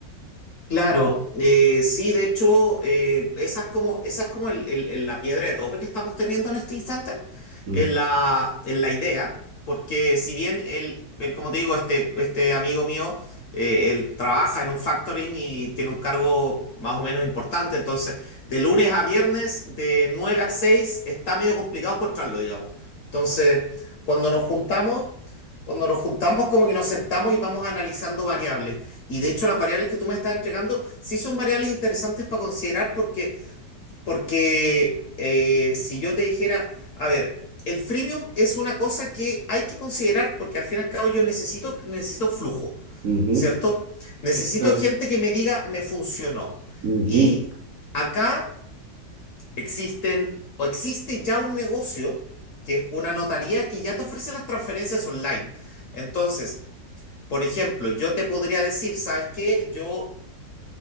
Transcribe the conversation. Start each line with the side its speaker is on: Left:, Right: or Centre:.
Left: Claro, eh, sí, de hecho, eh, esa es como, esa es como el- el- el- la piedra de tope que estamos teniendo en este instante,
Right: Mm.
Left: en la, en la idea, porque si bien él, él, como te digo, este, este amigo mío, eh, él trabaja en un factoring y tiene un cargo más o menos importante, entonces, de lunes a viernes, de 9 a 6 está medio complicado encontrarlo, digamos. Entonces, cuando nos juntamos... Cuando nos juntamos, como que nos sentamos y vamos analizando variables. Y de hecho, las variables que tú me estás entregando sí son variables interesantes para considerar porque, porque eh, si yo te dijera, a ver, el freemium es una cosa que hay que considerar porque al fin y al cabo yo necesito, necesito flujo,
Right: Ujú.
Left: ¿cierto? Necesito
Right: Sí, claro.
Left: gente que me diga, me funcionó.
Right: Ujú,
Left: Y acá existen, o existe ya un negocio, que es una notaría que ya te ofrece las transferencias online. Entonces, por ejemplo, yo te podría decir, ¿sabes qué? Yo,